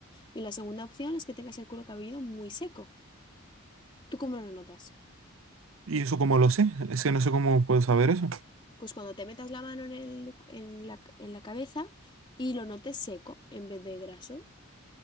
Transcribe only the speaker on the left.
y la segunda opción es que tengas el cuero cabelludo muy seco. ¿Tú cómo lo notas?
Pues cuando te metas la mano en el- en la, en la cabeza y lo notes seco en vez de graso,